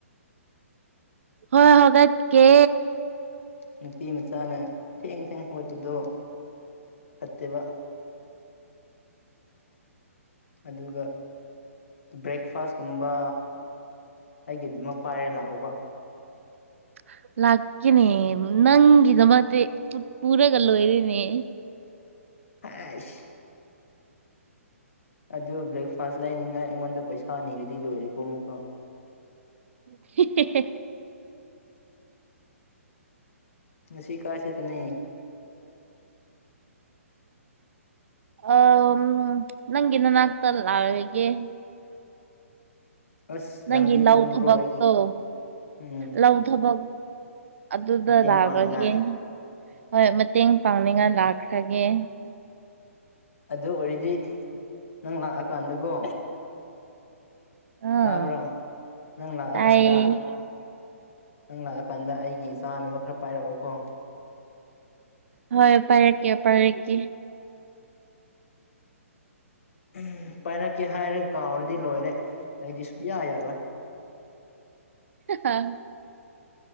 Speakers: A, on the right; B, on the left.
A: ꯍꯣꯏ ꯍꯧꯒꯠꯀꯦ
B: ꯅꯨꯄꯤ ꯃꯆꯥꯅ ꯊꯦꯡ ꯊꯦꯡꯅ ꯍꯧꯒꯠꯄꯗꯣ ꯐꯠꯇꯦꯕ ꯑꯗꯨꯒ ꯕ꯭ꯔꯦꯛꯐꯥꯁꯀꯨꯝꯕ ꯑꯩꯒꯤꯗꯃꯛ ꯄꯥꯏꯔ ꯂꯥꯛꯎꯕ
A: <inaudible> ꯂꯥꯛꯀꯦꯅꯦ ꯅꯪꯒꯤꯗꯃꯛꯇꯤ ꯄꯨꯔꯒ ꯂꯣꯏꯔꯦꯅꯦ
B: ꯍꯩꯁ ꯑꯗꯨ ꯕ꯭ꯔꯦꯛꯐꯥꯁ ꯂꯩꯅꯤꯡꯉꯥꯏ ꯑꯩꯉꯣꯟꯗ ꯄꯩꯁꯥ ꯅꯤꯔꯗꯤ ꯂꯣꯏꯔꯦꯀꯣ ꯑꯃꯨꯛꯀ
A: ꯍꯦ ꯍꯦ ꯍꯦ
B: ꯉꯁꯤ ꯀꯥꯏ ꯆꯠꯀꯅꯤ
A: ꯑ ꯑꯝ ꯅꯪꯒꯤ ꯅꯅꯥꯛꯇ ꯂꯥꯛꯔꯒꯦ
B: ꯑꯁ
A: ꯅꯪꯒꯤ
B: ꯂꯝꯕꯤ
A: ꯂꯧ
B: ꯈꯪꯕ꯭ꯔꯣ
A: ꯊꯕꯛꯇꯣ
B: ꯑꯩꯒꯤ ꯎꯝ
A: ꯂꯧ ꯊꯕꯛ ꯑꯗꯨꯗ
B: ꯃꯇꯦꯡ
A: ꯂꯥꯛꯔꯒꯦ
B: ꯄꯥꯡꯅꯤꯡꯉꯥꯏ
A: ꯍꯣꯏ ꯃꯇꯦꯡ ꯄꯥꯡꯅꯤꯡꯉꯥꯏ ꯂꯥꯛꯈ꯭ꯔꯒꯦ
B: ꯑꯗꯨ ꯑꯣꯏꯔꯗꯤ ꯅꯪ ꯂꯥꯛꯑꯀꯥꯟꯗꯀꯣ
A: ꯑꯥ
B: ꯇꯥꯕ꯭ꯔꯥ ꯅꯪ ꯂꯥꯛꯑꯀꯥꯟꯗ
A: ꯇꯥꯏꯌꯦ
B: ꯅꯪ ꯂꯥꯛꯑꯀꯥꯟꯗ ꯑꯩꯒꯤ ꯆꯥꯅꯕ ꯈꯔ ꯄꯥꯏꯔꯛꯎꯀꯣ
A: ꯍꯣꯏ ꯄꯥꯏꯔꯛꯀꯦ ꯄꯥꯏꯔꯛꯀꯦ
B: ꯍꯝ ꯄꯥꯏꯔꯛꯀꯦ ꯍꯥꯏꯔꯒ ꯀꯥꯎꯔꯗꯤ ꯂꯣꯏꯔꯦ ꯑꯩꯗꯤ ꯁꯨꯌꯥ ꯌꯥꯔꯣꯏ
A: ꯍ ꯑꯥ